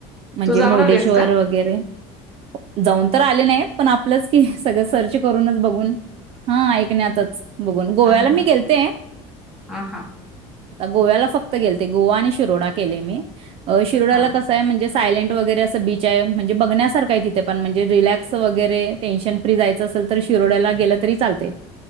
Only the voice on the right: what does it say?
म्हणजे
मुर्डेश्वर
वगैरे जाऊन तर आले नाही पण आपलंच की सगळं ब हा ऐकण्यातच गोव्याला
मी गेलेथे
गोव्याला फक्त गेलते गोवा आणि शिरोडा केलय मी अ शिरोड्याला
कसं आहे म्हणजे सायलेंट वगैरे असं बीच म्हणे बघण्यासारखंआहे तिथे पण रिलॅक्स वगैरे टेन्शन फ्री जायचं अस शिरोड्याला गे तरी चालते.